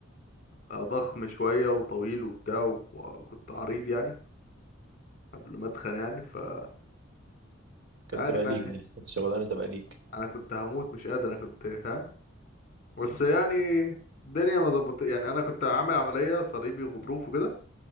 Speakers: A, on the left; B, on the right.
A: آه، ضخم شويه وطويل وبتاع وكنت عريض يعني قبل ما اتخن يعني ف انت
B: كانت
A: عارف
B: تبقى
A: يعني
B: ليك
A: إيه،
B: دي كانت الشغلانة تبقى ليك
A: انا كنت هموت مش قادر انا كنت فاهم بس يعني الدنيا ما ظبطت يعني انا كنت عامل عمليه صليبي وغضروف وكده